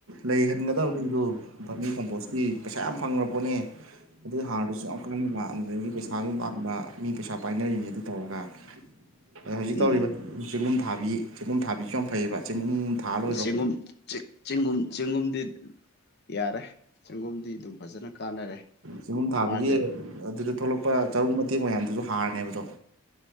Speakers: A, on the right (about 65°); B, on the left (about 50°).
A: ꯂꯩꯍꯟꯒꯗꯕꯅꯤꯗꯨ ꯐꯝꯃꯤ ꯀꯝꯄꯣꯁꯀꯤ ꯄꯩꯁꯥ ꯌꯥꯝ ꯐꯪꯈ꯭ꯔ ꯄꯣꯠꯅꯤ ꯑꯗꯨ ꯍꯥꯔꯗꯨꯁꯨ ꯌꯥꯝ ꯀꯥꯟ ꯂꯥꯛꯑꯝꯗꯨꯢꯅꯤ ꯄꯩꯁꯥꯁꯨ ꯄꯥꯝꯕ ꯃꯤ ꯄꯩꯁꯥ ꯄꯥꯏꯅꯔꯤꯅꯤ ꯑꯗꯨ ꯇꯧꯔꯒ ꯑꯗꯣ ꯍꯧꯖꯤꯛ
B: ꯎꯝ
A: ꯇꯧꯔꯤꯕ ꯆꯦꯡꯒꯨꯝ ꯊꯥꯕꯤ ꯆꯦꯡꯒꯨꯝ ꯊꯥꯕꯤꯁꯨ ꯌꯥꯝ ꯐꯩꯑꯦꯕ ꯆꯦꯡꯒꯨꯝ ꯊꯥ ꯂꯣꯏꯈ꯭ꯔꯣ
B: ꯆꯦꯡꯒꯨꯝ ꯆꯦꯡꯒꯨꯝ ꯆꯦꯡꯒꯨꯝꯗꯤ ꯌꯥꯔꯦ ꯆꯦꯡꯒꯨꯝꯗꯤ ꯑꯗꯨꯝ ꯐꯖꯅ ꯀꯥꯟꯅꯔꯦ
A: ꯆꯦꯡꯒꯨꯝ ꯊꯥꯕꯒꯤ
B: ꯃꯥꯁꯦ
A: ꯑꯗꯨꯗ ꯊꯣꯛꯂꯛꯄ ꯆꯔꯨ ꯃꯇꯦꯛ ꯃꯌꯥꯝꯗꯨꯁꯨ ꯍꯥꯔꯅꯦꯕꯗꯣ